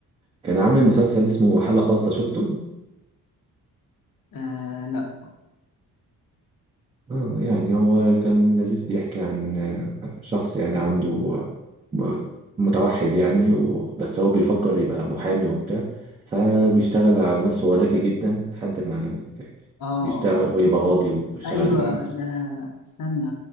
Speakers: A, on the right; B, on the left.
A: كان عامل مسلسل اسمه حالة خاصة شفته
B: آه لا
A: آه، يعني هو كان لذيذ بيحكي عن آه، شخص يعني عنده آه، متوحد يعني و... بس هو بيفكر يبقى محامي وبتاع فبيشتغل على نفسه هو ذكي جدا لحد ما
B: آه
A: بيشتغل ويبقى قاضي وبيشتغل
B: ايوه
A: على نفسه
B: ده انا استنى